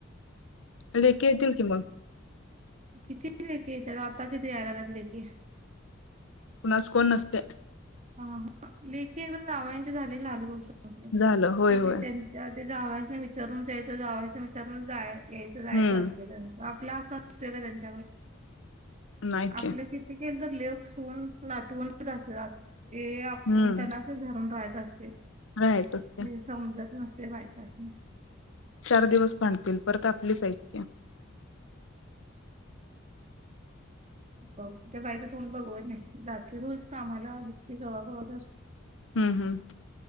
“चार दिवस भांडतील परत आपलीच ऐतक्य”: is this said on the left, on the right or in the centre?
Left